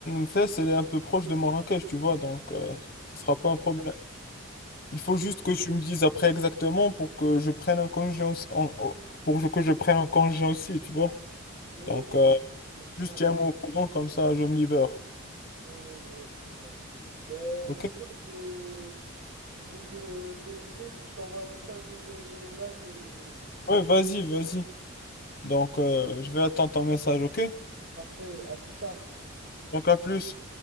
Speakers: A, on the left; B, on the right.
A: Fès, elle est un peu proche de Marrakech, tu vois, donc euh, ce sera
B: Mhm.
A: pas un problème. Il faut juste que tu me dises après exactement pour que je prenne un congé aussi, en- en- pour que je prenne un congé aussi, tu vois.
B: Ouais,
A: Donc,
B: ouais,
A: euh,
B: parce que c'est au courant.
A: juste tiens-moi au courant, comme ça, je me libère.
B: Ouais, ouais, ouais, ouais, je comprends. Ben,
A: OK?
B: tu sais quoi, je vais, je vais te, te laisser, puis je t'envoie un message dès que j'ai les dates et...
A: Ouais, vas-y, vas-y. Donc, euh, je vais attendre ton message, OK?
B: Parfait, à plus tard.
A: Donc, à plus.